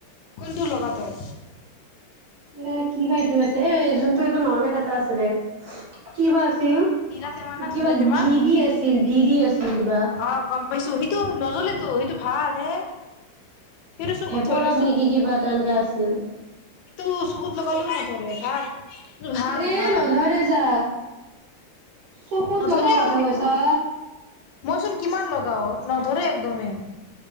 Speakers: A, on the left (about 75°); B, on the right (about 60°).
A: কোনটো লগা তই
B: এ কি বা এইটো আছে এ যোনটো এটা নৰ্মেল এটা আছিলে কি বা আছিল
A: নীলা টেমা না
B: কিবা
A: নীলা টেমা
B: ভি দি আছিল ভি দি আছিল কিবা
A: অ গম পাইছো সেইটো নজ্বলেতো সেইটো ভাল হে সেইটো চকুত
B: ভেপৰৱ
A: ধৰি
B: নেকি কিবা এটা এনেকা আছিল
A: এইটো চকুত লগা লিও নধৰে ভাল ভাল
B: এ
A: ভাল
B: নধৰে যা চকুত
A: নধৰে
B: লগা কথা
A: অ সেইটো
B: কৈছা
A: মইচোন কিমান লগাও নধৰে একদমে